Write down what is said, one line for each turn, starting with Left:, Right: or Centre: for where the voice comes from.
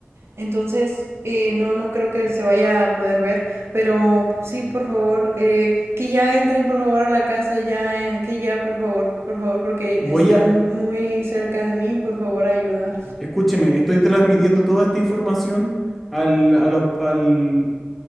Right: entonces eh, no, no creo que se vaya a poder ver, pero sí, por favor, eh, que ya entren por favor a la casa, ya, en- que ya, por favor, por favor, porque
Centre: Voy
Right: están
Centre: a,
Right: muy cerca de mí, por favor, ayuda.
Centre: Escúcheme, estoy transmitiendo toda esta información al, al op- al-